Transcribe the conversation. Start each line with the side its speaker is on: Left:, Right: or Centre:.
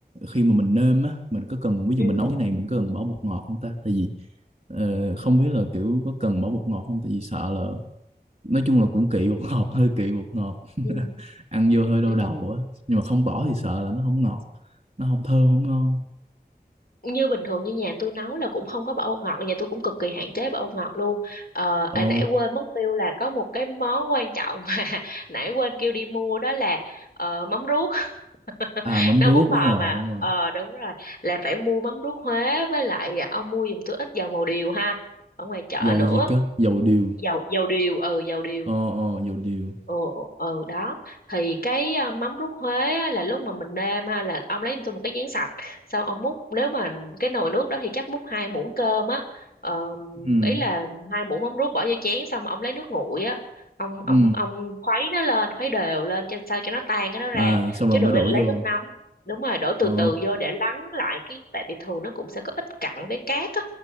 Right: khi mà mình nêm á, mình có cần ví dụ
Left: ừ
Right: mình nấu cái này mình có cần bỏ bột ngọt không ta? Tại vì ờ, không biết là kiểu có cần bỏ bột ngọt không? Tại vì sợ là nói chung là cũng kỵ bột ngọt, <laughs> hơi kỵ bột ngọt, <laughs>
Left: ừ
Right: ăn vô hơi đau
Left: ừ
Right: đầu á. Nhưng mà không bỏ thì sợ là nó không ngọt, nó không thơm không ngon.
Left: như bình thường như nhà tôi nấu là cũng không có bỏ bột ngọt là nhà tôi cũng cực kỳ hạn chế bỏ bột ngọt luôn ờ à,
Right: Ồ,
Left: nãy quên mất tiêu là có một cái món quan trọng mà <laughs> nãy quên kêu đi mua đó là ờ, mắm ruốc <laughs>
Right: à mắm
Left: nấu
Right: ruốc
Left: bún bò
Right: đúng rồi
Left: mà
Right: đúng rồi.
Left: ờ đúng rồi là phải mua mắm ruốc Huế với lại à, ông mua giùm tôi ít dầu màu điều ha ở ngoài chợ
Right: dầu
Left: nữa
Right: gì cơ dầu điều
Left: dầu dầu điều ừ dầu điều
Right: ờ ờ dầu điều
Left: ồ, ừ đó thì cái à, mắm rút Huế á, là lúc mà mình nêm ha là ông lấy giùm tôi một cái chén sạch sau ông múc nếu mà cái nồi nước đó thì chắc múc hai muỗng cơm á Ờ,
Right: ừ
Left: ý là hai muỗng mắm rút bỏ vô chén xong ông lấy nước nguội á ông ông
Right: ừ
Left: ông khuấy nó lên khuấy đều lên cho sao cho nó tan cái nó ra
Right: à xong rồi
Left: chứ
Right: mới
Left: đừng
Right: đổ
Left: lấy
Right: vô
Left: nước nóng đúng rồi đổ từ
Right: ờ
Left: từ vô để lắng lại cái tại vì thường nó cũng sẽ có ít cặn với cát á